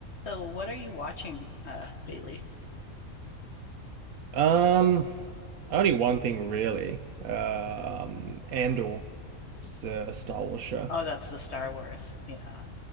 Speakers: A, on the left (about 50°); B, on the right (about 75°).
A: So, what are you watching uh, lately?
B: Um, only one thing really. Um, Andor, it's a Star Wars show.
A: Oh, that's the Star Wars. Yeah.